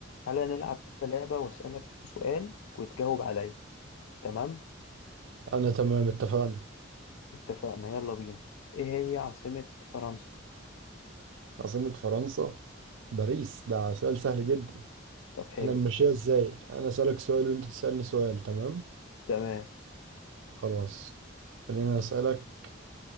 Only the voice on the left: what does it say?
تعالى نلعب كده لعبة وأسألك كام سؤال وتجاوب عليا تمام
اتفقنا يلا بينا ايه هي عاصمة فرنسا
طب حلو
كده
تمام